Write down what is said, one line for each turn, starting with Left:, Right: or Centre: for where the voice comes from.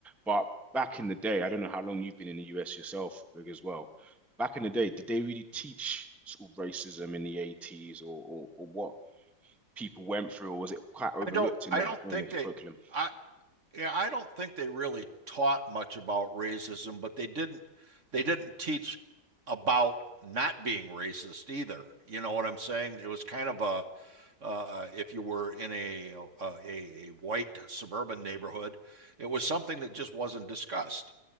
Centre: But back in the day, I don't know how long you've been in the US yourself, Greg, as well. Back in the day, did they really teach sort of racism in the 80s or, or, or what people went through, or was it quite overlooked
Right: I don't
Centre: in
Right: I
Centre: the
Right: don't
Centre: in
Right: think
Centre: the curriculum?
Right: they I yeah I don't think they really taught much about racism, but they didn't they didn't teach about not being racist either. You know what I'm saying? It was kind of a uh, if you were in a, uh, a a white suburban neighborhood, it was something that just wasn't discussed.